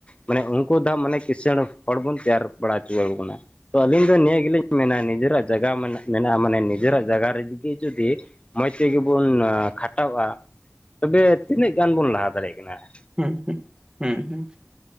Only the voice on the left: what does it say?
ᱢᱟᱱᱮ ᱩᱱᱠᱩ ᱫᱚ ᱢᱟᱱᱮ ᱠᱤᱸᱥᱟᱹᱬ ᱦᱚᱲ ᱵᱚᱱ ᱛᱮᱭᱟᱨ ᱵᱟᱲᱟ ᱦᱚᱪᱚ ᱟᱠᱚ ᱠᱟᱱᱟ ᱾ ᱛᱚ ᱟᱹᱞᱤᱧ ᱫᱚ ᱱᱤᱭᱟᱹ ᱜᱮᱞᱤᱧ ᱢᱮᱱᱟ ᱱᱤᱡᱮᱨᱟᱜ ᱡᱟᱭᱜᱟ ᱢᱮᱱᱟᱜᱼᱟ ᱢᱟᱱᱮ ᱱᱤᱡᱮᱨᱟᱜ ᱡᱟᱭᱜᱟ ᱨᱮᱜᱮ ᱡᱩᱫᱤ ᱢᱚᱡᱽ ᱛᱮᱜᱮ ᱵᱚᱱ ᱠᱷᱟᱴᱟᱣᱚᱜᱼᱟ ᱛᱚᱵᱮ ᱛᱤᱱᱟᱹᱜ ᱜᱟᱱ ᱵᱚᱱ ᱞᱟᱦᱟ ᱫᱟᱲᱮᱭᱟᱜ ᱠᱟᱱᱟ ᱾